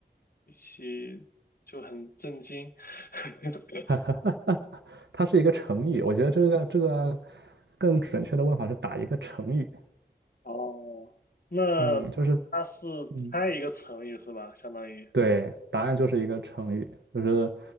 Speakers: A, on the left; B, on the right.
A: 一起就很震惊。<laughs>
B: <laughs> 哈哈哈哈它是一个成语，我觉得这个这个更准确的问法是打一个成语。
A: 哦，那它是猜一个成语是吧？
B: 嗯就是，嗯
A: 相当于，
B: 对，答案就是一个成语，就是